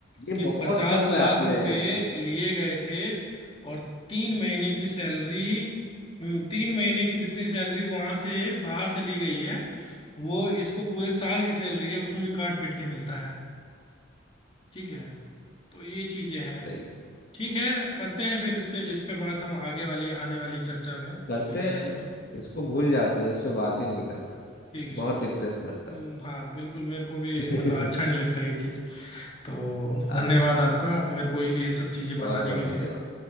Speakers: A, on the left (about 50°); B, on the left (about 30°).
A: ये
B: कि
A: बहुत
B: पचास
A: चल
B: लाख
A: रहा है अपने
B: रुपए लिए गए थे और तीन महीने की सैलरी हम्म, तीन महीने की जितनी सैलरी वहां से बाहर से ली गई है वो इसको पूरे साल की सैलरी है उसमें भी काट पीट के मिलता है ठीक है तो ये चीजें हैं
A: तय
B: ठीक है करते हैं फिर इससे इस पे बात हम आगे वाली आने वाली चर्चा में
A: करते
B: लेकिन
A: हैं
B: अभी तो
A: इसको भूल जाते हैं इस पे बात ही नहीं करना
B: ठीक है ठीक
A: बहुत डिप्रेस करता
B: हम्म, हाँ बिल्कुल मेरे को भी मतलब
A: है
B: अच्छा नहीं लगता ये चीज तो
A: <laughs>
B: धन्यवाद
A: हाँ
B: आपका मेरे को ये सब चीजें
A: बहुत
B: बताने
A: बहुत
B: के
A: धन्यवाद
B: लिए